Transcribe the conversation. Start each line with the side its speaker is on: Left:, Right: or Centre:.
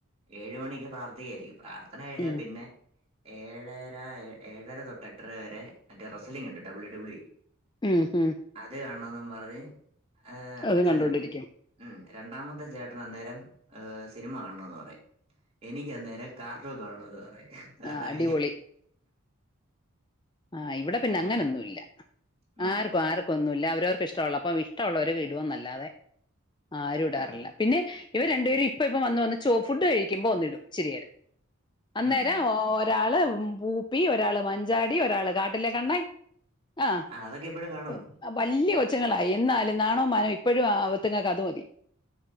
Right: ഏഴുമണിക്ക് പ്രാർത്ഥിക്കായിരിക്കും പ്രാർത്ഥന കഴിഞ്ഞാ
Left: ഉം
Right: പിന്നെ ഏഴര ഏഴര തൊട്ട് എട്ടര വരെ മറ്റേ റസലിംഗ് ണ്ട് മറ്റേ ഡബ്ള്യൂ ഡബ്ള്യു
Left: ഉം ഉം
Right: അത് കാണോന്നും പറഞ്ഞ് ഹ്
Left: അതും
Right: അച്ചാച്ചൻ
Left: കണ്ടോണ്ടിരിക്കും
Right: വരും. ഉം രണ്ടാമത്തെ ചേട്ട അന്നേരം സിനിമ കാണണംന്ന് പറയും, എനിക്ക് അന്നേരം കാർട്ടൂൺ കാണന്ന് പറയും. വേറെ
Left: ആഹ് അടിപൊളി.
Right: അടിയാ
Left: ആഹ് ഇവിടെ പിന്നെ
Right: അങ്ങനെ
Left: അങ്ങനൊന്നുംല്ല.
Right: ഉം
Left: ആർക്കും ആർക്കുക്കൊന്നുമില്ല, അവരവർക് ഇഷ്ടവുള്ളപ്പം ഇഷ്ടമുള്ളവരെ വിടുവെന്നല്ലാതെ. ആരും ഇടാറില്ല.
Right: ഓ
Left: പിന്നെ ഇവര് രണ്ടു പേരും ഇപ്പ ഇ ഇപ്പ വന്ന് വന്ന് ചോ ഫുഡ് കഴിക്കുമ്പോ ഒന്നിടും ഇച്ചിരിയേരം. അന്നേരം
Right: ഉം
Left: ഒരാള് ഉ പൂപ്പി, ഒരാള് മഞ്ചാടി, ഒരാള് കാട്ടിലേ കണ്ണൻ ആവലിയ
Right: അതൊക്കെ ഇപ്പഴും കാണും
Left: കൊച്ച് ച്ച്ങ്ങളായി എന്നാലും നാണോ മാനോം, ഇപ്പഴും അവത്ത്ങ്ങക്ക് അത് മതി.